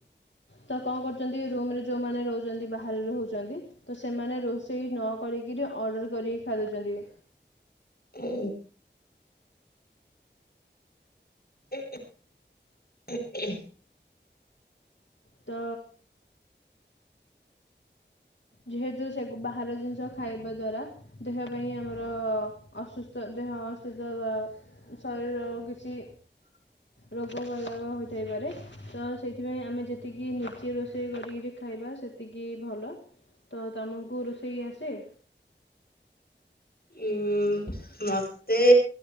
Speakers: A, on the left; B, on the left.
A: ତ କଣ କରୁଚନ୍ତି ରୁମରେ ଯେଉଁମାନେ ରହୁଚନ୍ତି ବାହାରେ ରହୁଚନ୍ତି ତ ସେମାନେ ରୋଷେଇ ନ କରିକିରି ଅର୍ଡ଼ର କରିକି ଖାଇଦୋଉଚନ୍ତି।
B: ଏ ଉଁ ଉଁ ଉଁ ଉଁ।
A: ତ ଯେହେତୁ ସେଗୁ-ବାହାର ଜିନିଷ ଖାଇବା ଦ୍ୱାରା ଦେହ ପାଇଁ ଆମର ଅସୁସ୍ଥ ଦେହ ଅସୁସ୍ଥ ବା ଶରୀର କିଛି
B: <inaudible>
A: ରୋଗ ବୈାରାଗ ହୋଇଥାଇପାରେ ତ ସେଇଥିପାଇଁ ଆମେ ଯେତିକି ନିଜେ ରୋଷେଇ କରିକିରି ଖାଇବା ସେ ତିକି ଭଲ ତ ତମକୁ ରୋଷେଇ ଆସେ?
B: ଉଁ ମତେ